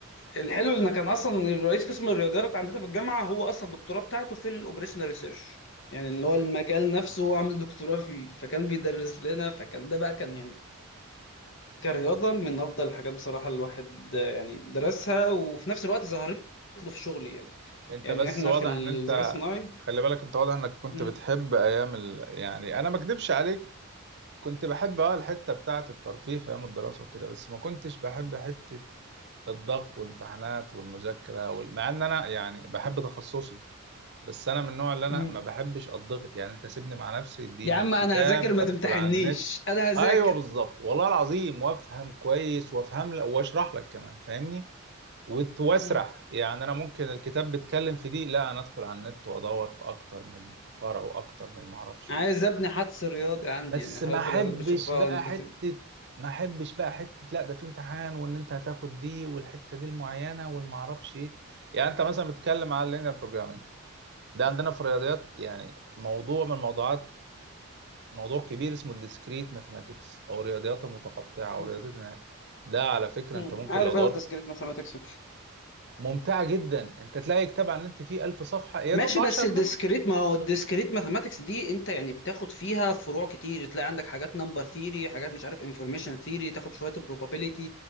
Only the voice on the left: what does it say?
الحلو ان كان اصلا الرئيس قسم الرياضيات عندنا في الجامعه هو اصلا الدكتوراه بتاعته في الاوبريشنال ريسيرش يعني اللي هو المجال نفسه هو عامل دكتوراه فيه فكان بيدرس لنا فكان ده بقى كان يعني كرياضه من افضل الحاجات بصراحه الواحد آه، يعني درسها وفي نفس الوقت ظهرت له في شغلي يعني
يعني
احنا
في الذكاء
الصناعي
مم.
مم.
يا عم
انا هذاكر ما
تمتحنيش
انا هذاكر
مم.
عايز
ابني حدس رياضي عندي
يعني حلاوه
الرياضات بشوفها
انت
تب...
مم.
مم.
عارف
انا
الديسكريت ماثematics
ماشي
بس الديسكريت
ما هو الديسكريت ماثematics دي انت يعني بتاخد فيها فروع كتير تلاقي عندك حاجات نمبر ثيري حاجات مش عارف انفورميشن ثيري تاخد شويه probability